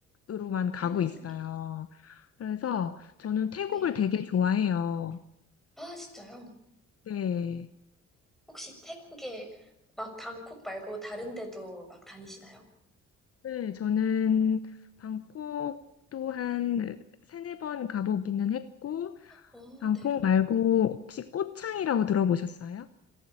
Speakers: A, on the left; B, in the centre.
A: 쪽으로만 가고
B: 음,
A: 있어요. 그래서 저는 태국을
B: 네.
A: 되게 좋아해요.
B: 아, 진짜요?
A: 네.
B: 혹시 태국에 막 방콕 말고 다른 데도 막 다니시나요?
A: 네, 저는 방콕 또한 세네 번 가보기는 했고,
B: 어,
A: 방콕
B: 네.
A: 말고 혹시 꼬창이라고 들어보셨어요?